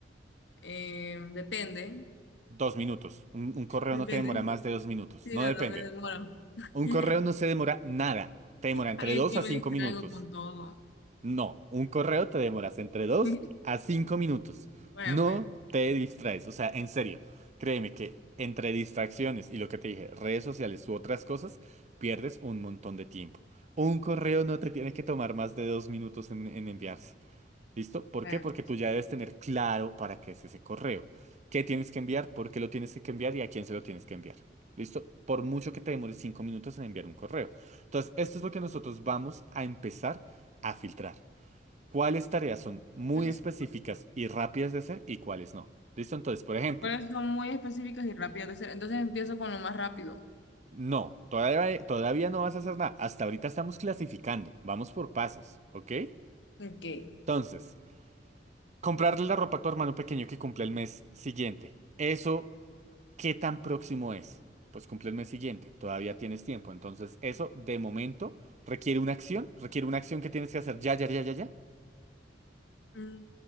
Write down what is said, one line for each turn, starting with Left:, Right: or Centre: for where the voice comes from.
Left: Eh, depende.
Right: Dos minutos. Un, un correo
Left: Depende.
Right: no te demora más
Left: <laughs>
Right: de dos minutos.
Left: Si
Right: No
Left: no,
Right: depende.
Left: no me demoro. <laughs>
Right: Un correo no se demora nada. Te demora entre
Left: Ay,
Right: dos
Left: es que
Right: a
Left: me
Right: cinco
Left: distraigo
Right: minutos.
Left: con todo.
Right: No, un correo te demoras entre 2
Left: <laughs>
Right: a 5 minutos.
Left: Bueno,
Right: No
Left: pues.
Right: te distraes, o sea, en serio, créeme que entre distracciones y lo que te dije, redes sociales u otras cosas, pierdes un montón de tiempo. Un correo no te tiene que tomar más de dos minutos en, en enviarse. ¿Listo? ¿Por
Left: Bueno,
Right: qué? Porque
Left: pues.
Right: tú ya debes tener claro para qué es ese correo. ¿Qué tienes que enviar? ¿Por qué lo tienes que enviar? ¿Y a quién se lo tienes que enviar? ¿Listo? Por mucho que te demores 5 minutos en enviar un correo. Entonces, esto es lo que nosotros vamos a empezar a filtrar cuáles tareas son muy
Left: Entonces,
Right: específicas y rápidas de hacer y cuáles no. ¿Listo? Entonces, por ejemplo,
Left: Pero son muy específicas y rápidas de hacer. Entonces empiezo con lo más rápido.
Right: no, todavía, todavía no vas a hacer nada. Hasta ahorita estamos clasificando. Vamos por pasos, ¿ok?
Left: ¿Por qué?
Right: Entonces, comprarle la ropa a tu hermano pequeño que cumple el mes siguiente. ¿Eso qué tan próximo es? Pues cumple el mes siguiente. Todavía tienes tiempo. Entonces, eso de momento requiere una acción. Requiere una acción que tienes que hacer ya, ya, ya, ya, ya.
Left: Mm,